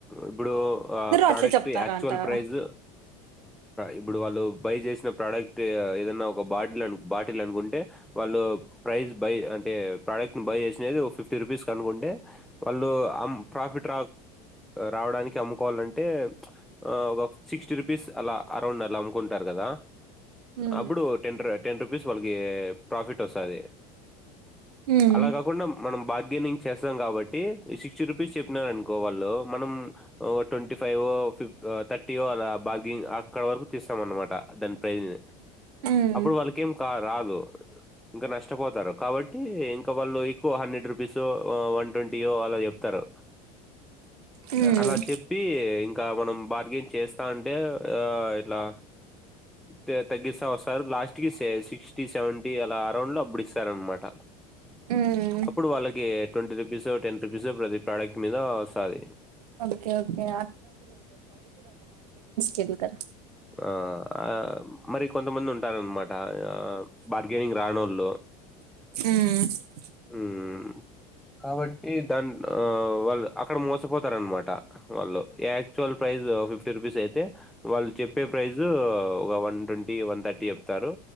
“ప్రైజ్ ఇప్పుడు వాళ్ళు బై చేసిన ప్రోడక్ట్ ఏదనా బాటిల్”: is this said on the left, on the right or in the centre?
Centre